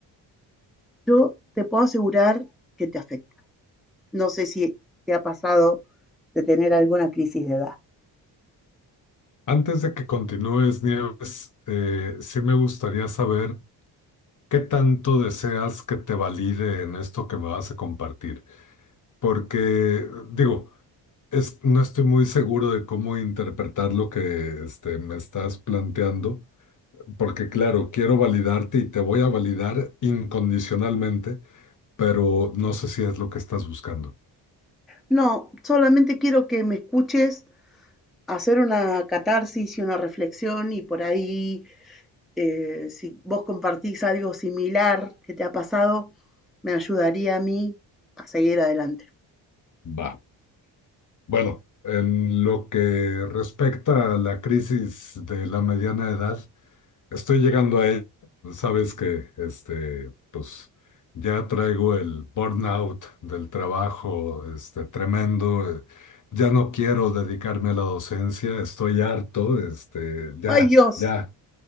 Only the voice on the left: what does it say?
Antes de que continúes, Nieves, eh, sí me gustaría saber qué tanto deseas que te valide en esto que me vas a compartir. Porque, digo, es, no estoy muy seguro de cómo interpretar lo que este, me estás planteando, porque claro, quiero validarte y te voy a validar incondicionalmente, pero no sé si es lo que estás buscando.
Va. Bueno, en lo que respecta a la crisis de la mediana edad, estoy llegando a ella. Sabes que, este, pues, ya traigo el burnout del trabajo, este, tremendo. eh, Ya no quiero dedicarme a la docencia, estoy harto, este, ya,
ya,